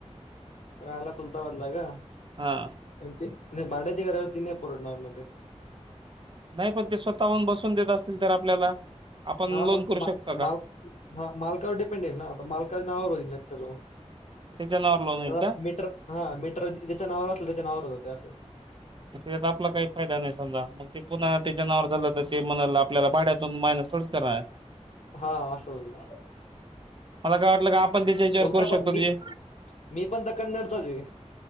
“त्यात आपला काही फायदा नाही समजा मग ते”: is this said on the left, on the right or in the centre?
Right